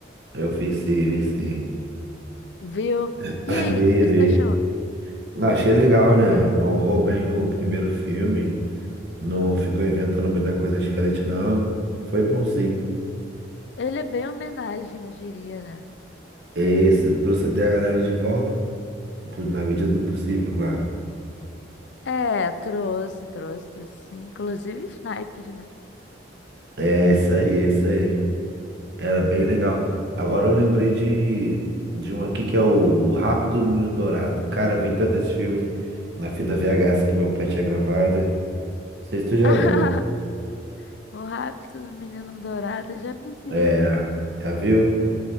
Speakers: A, on the right; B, on the left.
A: Eu vi sim, vi sim. <clears throat>
B: Viu?
A: <laughs>
B: E aí,
A: Vi,
B: o que que
A: vi.
B: você achou?
A: Achei legal, né? Honrou bem o primeiro filme. Não ficou inventando muita coisa diferente, não. Foi bom, sim.
B: Ele é bem homenagem, eu diria, né?
A: Esse, trouxe até a galera de volta, pô, na medida do possível, claro.
B: É, trouxe, trouxe, trouxe sim. Inclusive snipes, né?
A: É, isso aí, é isso aí. Era bem legal. Agora eu lembrei de, de um aqui que é o Rápido do Menino Dourado. Cara, eu vi tanto esse filme na fita VHS que meu pai tinha gravada. Não sei se tu já
B: <laughs>
A: viu.
B: O rapto do menino dourado, já vi sim.
A: É, já viu?